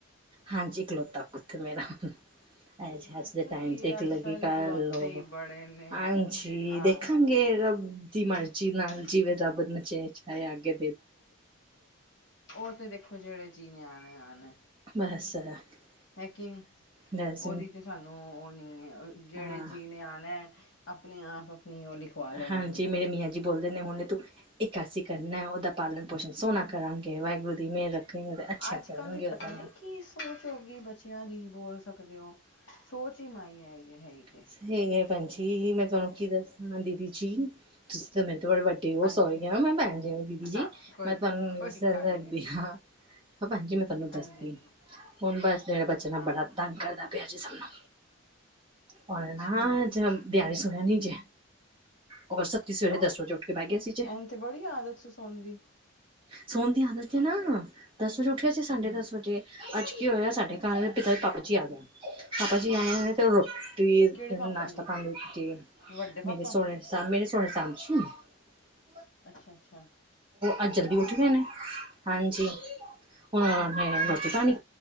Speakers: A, on the right (about 25°); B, on the left (about 60°).
A: ਹਾਂਜੀ ਇੱਕਲੋਤਾ ਪੁੱਤ ਮੇਰਾ। ਅੱਜ
B: ਹਾਂ
A: ਅੱਜ ਦੇ
B: ਤਾਂ
A: ਟਾਈਮ
B: ਇਹ
A: ਤੇ <unintelligible>
B: ਅੱਜ
A: ਲਗੀ
B: ਕੱਲ੍ਹ
A: ਕਰ
B: ਇਕਲੌਤੇ
A: ਲੋ
B: ਹੀ ਬੜੇ ਨੇ
A: ਆਂ ਸੀ
B: ਆਹ
A: ਦੇਖਾਂਗੇ ਰ ਦੀ
B: ਰੱਬ
A: ਮਰਜ਼ੀ ਨਾਲ ਜਿਵੇਂ ਰੱਬ ਨਚੇ ਚਏ ਅਗੇ।
B: ਉਹ ਤੇ ਦੇਖੋ ਜਿਹੜੇ ਜੀ ਨੇ ਆਣਾ ਆਣਾ।
A: <unintelligible>
B: ਹੈਕਿਨ
A: ਬਸ
B: ਉਹਦੀ ਤੇ ਸਾਨੂੰ ਉਹ ਨੀ ਹੈ ਜਿਹੜੇ
A: ਹਾਂ
B: ਜੀ ਨੇ ਆਉਣਾ। ਆਪਣੇ ਆਪ, ਆਪਣੀ ਉਹ ਲਿਖਵਾ ਲੈਣੀ
A: ਹਾਂਜੀ
B: ਹੈ
A: ਮੇਰੇ ਮੀਆਂ ਜੀ ਬੋਲਦੇ ਨੇ ਹੁਣ ਤੂੰ ਇਕਾਸੀ ਕਰਨਾ ਉਹਦਾ ਪਾਲਣ ਪੋਸ਼ਣ ਸੋਹਨਾ ਕਰਾਂਗੇ ਵਾਹਿਗੁਰੂ ਦੀ ਮਿਹਰ, ਰੱਖੇਗੇ ਤੇ ਅੱਛਾ
B: ਅੱਜ
A: ਕਰਨਗੇ
B: ਕੱਲ੍ਹ ਦੀ
A: ਉਹਦੇ
B: ਪਤਾ
A: ਨਾਲ
B: ਨੀ ਕੀ ਸੋਚ ਹੋ ਗਈ ਬੱਚਿਆਂ ਦੀ। ਬੋਲ ਸਕਦੇ ਹੋ ਸੋਚ ਹੀ ਮਾਈ ਹੈ। ਜੇ
A: ਸਹੀ ਹੈ ਭਾਣਜੀ ਮੈਂ ਤੁਹਾਨੂੰ ਕੀ ਦੱਸਾਂ ਦੀਦੀ ਜੀ ਤੁਸੀਂ ਤਾਂ ਮੈਨੂੰ ਬੜੇ ਵੱਡੇ ਉਹ
B: ਹਾਂਜੀ
A: ਸ ਹੋ ਗਏ ਨਾ ਮੈਂ ਭੈਣ ਜੀ ਨੇ ਦੀਦੀ ਜੀ
B: ਹਾਂ ਕੋਈ
A: ਮੈਂ ਤੁਹਾਨੂੰ
B: ਕੋਈ
A: ਨੀ ਦੇ ਸਕਦੀ
B: ਗੱਲ ਨਹੀਂ ਜੀ
A: ਹਾਂ। ਹਾਂ ਭਾਣਜੀ ਮੈਂ ਤੁਹਾਨੂੰ ਦੱਸਦੀ
B: ਹਾਂਜੀ ਹਾਂਜੀ
A: ਹੁਣ ਬਸ ਮੇੇਰਾ ਬੱਚਾ
B: ਹਾਂ
A: ਬੜਾ ਤੰਗ ਕਰਦਾ ਪਿਆ ਸਭ ਨੂੰ। ਉਹਨੇ
B: ਅੱਛਾ
A: ਨਾਂ <unintelligible> ਸੁਣਿਆ ਨੀ ਜੇ। ਔਰ ਸੱਤੀ ਸਵੇਰੇ
B: ਕਿਉਂ
A: ਦਸ ਵਜੇ ਉੱਠ ਕੇ ਬਹਿ ਗਿਆ ਏਸੀ ਚ।
B: ਐਨ ਤੇ ਬੜੀ ਆਦਤ ਸੀ ਸੌਣ ਦੀ
A: ਸੋਣ ਦੀ ਆਦਤ ਚ ਨਾ ਦੱਸ ਉੱਠਿਆ ਸੀ ਸਾਡੇ
B: ਹੂੰ
A: ਦਸ ਵਜੇ ਅੱਜ ਕੀ ਹੋਇਆ ਸਾਡੇ
B: ਅੱਛਾ
A: ਘਰ ਦੇ ਪਿਤਾ ਪਾਪਾ ਜੀ ਆ ਗਿਆ ਪਾਪਾ ਜੀ ਆਏ ਹੋ ਤੇ ਰੋਟੀ
B: ਕਿਹੜੇ ਪਾਪਾ
A: ਨਾਸ਼ਤਾ
B: ਜੀ
A: ਪਾਣੀ ਦਿੱਤੀ
B: ਵੱਡੇ ਪਾਪਾ
A: ਮੇਰੇ ਸੋਹਰੇ ਮੇਰੇ ਸੋਹਰੇ <unintelligible>
B: ਅੱਛਾ-ਅੱਛਾ।
A: ਅੱਜ ਜਲਦੀ ਉੱਠ ਗਏ ਨੇ, ਹਾਂਜੀ ਹੁਣ ਮੈਂ ਰੋਟੀ
B: ਅੱਛਾ
A: ਪਾਣੀ